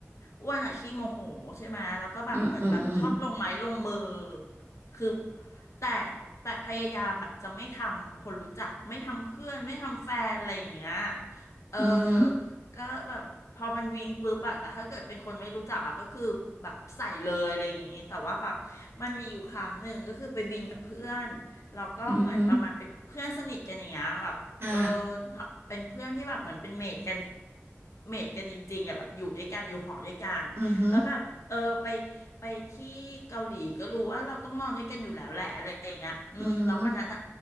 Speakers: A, on the left (about 70°); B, on the right (about 50°).
A: อ้วนอะขี้โมโหใช่ไหมแล้วก็แบบเหมือนแบบชอบลงไม้ลงมือ
B: อืมอืมอืม
A: คือแต่แต่พยายามแบบจะไม่ทำคนรู้จักไม่ทำเพื่อนไม่ทำแฟนอะไรอย่างเงี้ยเออ
B: อือหือ
A: ก็แบบพอมันวิ่งปุ๊บอะแต่ถ้าเกิดเป็นคนไม่รู้จักอะก็คือแบบใส่เลยอะไรอย่างงี้แต่ว่าแบบมันมีอยู่ครั้งหนึ่งก็คือไปบินกับเพื่อนแล้าก็เหมือนประมาณเป็นเพื่อนสนิทกันอย่างเงี้ยแบบเออ
B: อือฮึอ่า
A: เป็นเพื่อนที่แบบเหมือนเป็นเมทกัน เมทกันจริงๆอ่ะแบบอยู่ด้วยกันอยู่หอด้วยกันแล้วแบบเออไป
B: อือฮึ
A: ไปที่เกาหลีก็รู้ว่าเราต้องนอนด้วยกันอยู่แล้วแหละอะไรอย่างเงี้ยอืมแล้ววันนั้นอ่ะ
B: อือฮึ